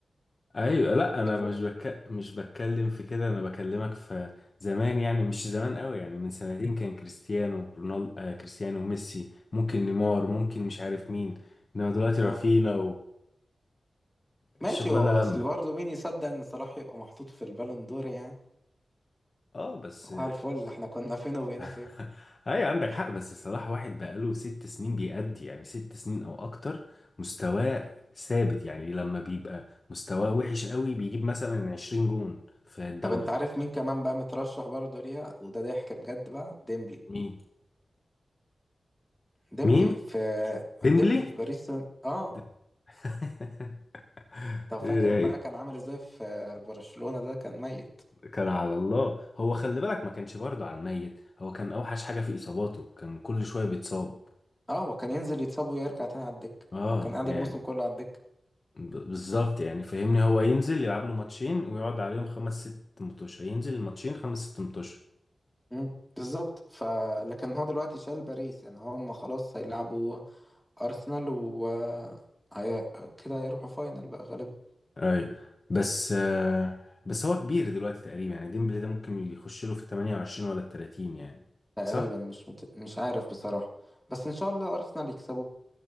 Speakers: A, on the left (about 45°); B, in the centre.
A: ايوه لا
B: ليفر-
A: انا مش بك... مش بتكلم في كده انا بكلمك في زمان يعني مش زمان قوي يعني من سنتين كان كريستيانو رونالدو آه كريستيانو ميسي ممكن نيمار ممكن مش عارف مين انما دلوقتي
B: اه
A: رافينا
B: ماشي
A: والشغلانة
B: هو
A: لمت
B: أصل برضه مين يصدق إن صلاح يبقى محطوط في البالون دور يعني
A: اه بس
B: صباح الفل احنا كنا فين وبقينا فين
A: <laughs> ايوه عندك حق بس الصراحة واحد بقاله ست سنين بيأدي يعني ست سنين او اكتر مستواه ثابت يعني لما بيبقى مستواه وحش قوي بيجيب مثلا 20 جون في الدوري
B: طب انت عارف مين كمان بقى مترشح برضه ليها وده ضحك بجد بقى ديمبلي
A: مين
B: ديمبلي
A: مين
B: في
A: ديمبلي
B: ديمبلي في باريس سان اه
A: ديم- <laughs>
B: طب فاكر
A: إيه ده؟
B: بقى كان عامل ازاي في برشلونة ده كان ميت
A: كان على الله هو خلي بالك ما كانش برضه على الميت هو كان اوحش حاجة في اصاباته كان كل شوية بيتصاب
B: اه هو كان ينزل يتصاب ويرجع تاني على الدكة
A: اه
B: هو كان قاعد
A: يعني
B: الموسم كله على الدكة
A: ب- بالظبط يعني فاهمني هو ينزل يلعب له ماتشين ويقعد عليهم خمس ست متوشة ينزل الماتشين خمس ست متوشة
B: امم بالظبط ف لكن هو دلوقتي شال باريس يعني هم خلاص هيلعبوا ارسنال و هي... كده هيروحوا فاينل بقى غالبا
A: اي بس آه بس هو كبير دلوقتي تقريبا يعني ديمبلي ده ممكن يخش له في ال 28 ولا ال 30 يعني
B: تقريبا
A: صح؟
B: مش مت... مش عارف بصراحة بس ان شاء الله ارسنال يكسبوه